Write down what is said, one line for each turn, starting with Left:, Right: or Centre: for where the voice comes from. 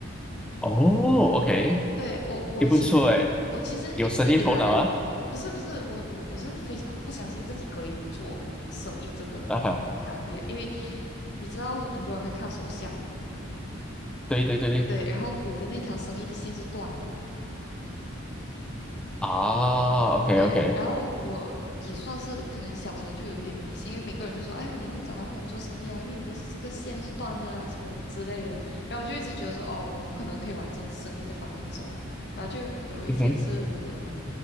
Centre: 哦，OK，
Left: 对，我，我其实我其实一直以来不是不是我我我是非常不相信自己可以做生意这个
Centre: 也不错哎，有生意头脑啊，啊哈，
Left: 行业，因为你知道很多人会看手相嘛，
Centre: 对对对对，
Left: 对，然后我的那条生意的线是断的。
Centre: 啊，OK
Left: 对，
Centre: OK，
Left: 然后我也算是可能小时候就有一点迷信，因为每个人就说：“哎呀，你以后长大不能做生意啊，因为你的这个线都是断的啊，什么之类的。”然后我就一直觉得说：“哦，我不可能可以往这生意这方面走。”然后就有一天是我的
Centre: 嗯哼